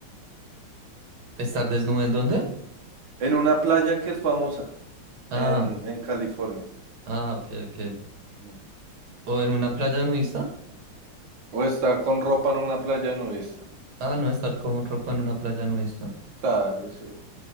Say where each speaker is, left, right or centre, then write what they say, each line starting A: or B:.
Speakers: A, on the right; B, on the right.
A: ¿estar desnuda en dónde?
B: en una playa que es famosa
A: Ah,
B: en, en California.
A: ah, ok, ok.
B: Mm.
A: ¿O en una playa nudista?
B: O estar con ropa en una playa nudista.
A: Ah, no, estar con ropa en una playa nudista.
B: Claro, sí.